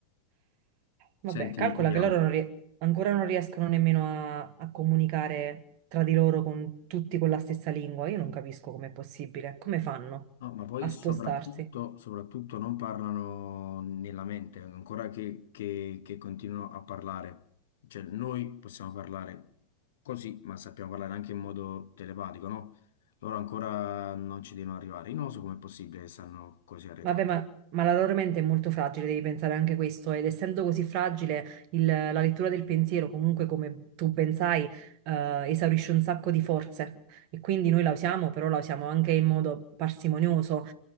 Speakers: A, on the right; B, on the left.
A: Vabbè,
B: senti,
A: calcola
B: andiamo.
A: che loro non rie- ancora non riescono nemmeno a, a comunicare tra di loro con tutti con la stessa lingua. Io non capisco com'è possibile. Come fanno
B: No, ma poi
A: a spostarsi?
B: soprattutto, soprattutto non parlano nella mente, ancora che, che- che continuano a parlare. Cioè, noi possiamo parlare così, ma sappiamo parlare anche in modo telepatico, no? Loro ancora non ci devono arrivare. Io non so com'è possibile che stanno così arretrati.
A: Vabbè, ma, ma la loro mente è molto fragile, devi pensare anche questo, ed essendo così fragile, il- la lettura del pensiero, comunque, come tu ben sai, eh, esaurisce un sacco di forze e quindi noi la usiamo, però la usiamo anche in modo parsimonioso